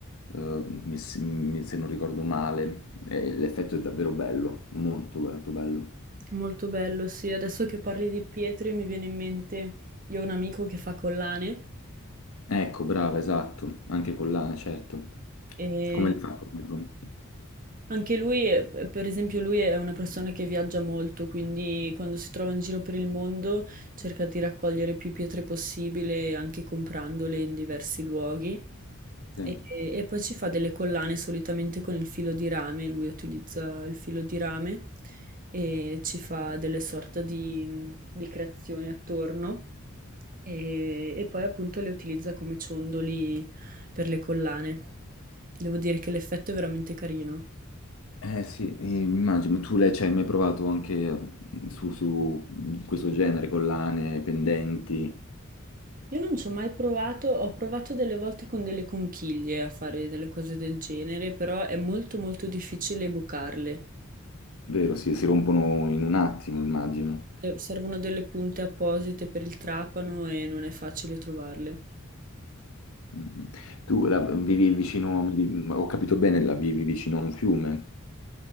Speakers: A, on the left; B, on the right.
A: eh, mi s- mi- se non ricordo male. E l'effetto è davvero bello, molto molto bello.
B: molto bello, sì. Adesso che parli di pietre mi viene in mente, io ho un amico che fa collane
A: Ecco, brava, esatto, anche collane, certo.
B: e
A: Come li fa comunque.
B: Anche lui, è- eh, per esempio, lui è una persona che viaggia molto, quindi quando si trova in giro per il mondo cerca di raccogliere più pietre possibile, anche comprandole in diversi luoghi.
A: Sì.
B: E, e poi ci fa delle collane solitamente con il filo di rame, lui utilizza il filo di rame e ci fa delle sorte di, di creazioni attorno e, e poi appunto le utilizza come ciondoli per le collane. Devo dire che l'effetto è veramente carino.
A: Eh sì, eh, immagino, tu lei ci hai mai provato anche eh, su, su questo genere, collane, pendenti,
B: Io non ci ho mai provato, ho provato delle volte con delle conchiglie a fare delle cose del genere, però è molto molto difficile bucarle.
A: vero? Sì, si rompono in un attimo, immagino.
B: Eh, Servono delle punte apposite per il trapano e non è facile trovarle.
A: Mm. mm. Tu la vivi vicino, mi di- mm, ho capito bene, la vivi vicino a un fiume?